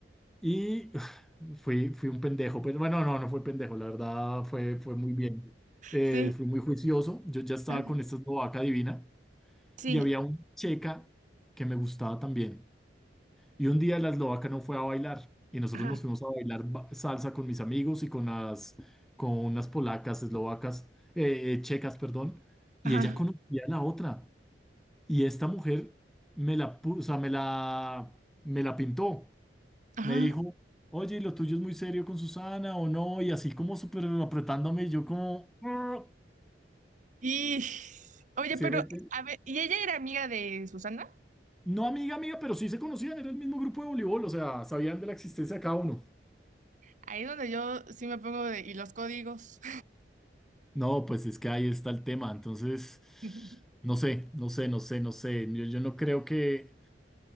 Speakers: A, in the centre; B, on the right (about 45°).
A: Y <sighs> fui, fui un pendejo, pero bueno, no, no fue pendejo, la verdad fue, fue muy bien. Eh,
B: sí,
A: fui muy juicioso, yo ya estaba
B: ajá,
A: con esta eslovaca divina
B: sí,
A: y había una checa que me gustaba también. Y un día la eslovaca no fue a bailar y nosotros
B: ajá,
A: nos fuimos a bailar ba- salsa con mis amigos y con las, con unas polacas, eslovacas, eh, eh, checas, perdón, y
B: ajá,
A: ella conocía a la otra. Y esta mujer me la, pu- o sea, me la, me la pintó.
B: ajá.
A: Me dijo, oye, lo tuyo es muy serio con Susana o no, y así como súper apretándome, y yo como, "Ah",
B: Y, oye,
A: se
B: pero,
A: mete.
B: a ver, ¿y ella era amiga de Susana?
A: No amiga, amiga, pero sí se conocían, era el mismo grupo de voleibol, o sea, sabían de la existencia de cada uno.
B: Ahí es donde yo sí me pongo de, y los códigos.
A: No, pues es que ahí está el tema, entonces,
B: <laughs>
A: no sé, no sé, no sé, no sé, yo, yo no creo que